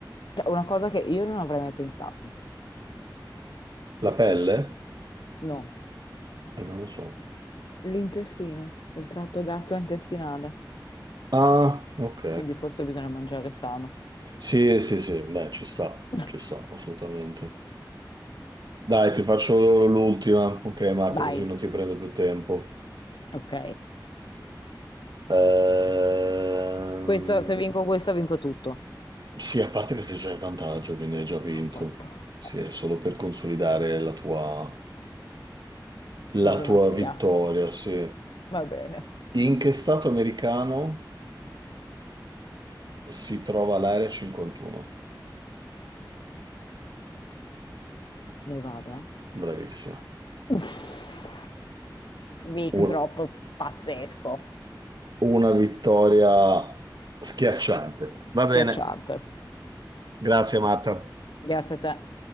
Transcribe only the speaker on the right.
la pelle?
Allora, non lo so.
Ah, ok.
Sì, sì, sì, beh, ci sta,
ci sta, assolutamente. Dai, ti faccio l'ultima. Ok, Marta,
così non ti prendo più tempo.
Ehm,
sì, a parte che se c'è il vantaggio, quindi hai già vinto.
Sì,
è solo per consolidare la tua,
la tua vittoria, sì.
In che stato americano si trova l'area 51?
Bravissima.
Un-
una vittoria schiacciante. Va
bene, grazie Marta.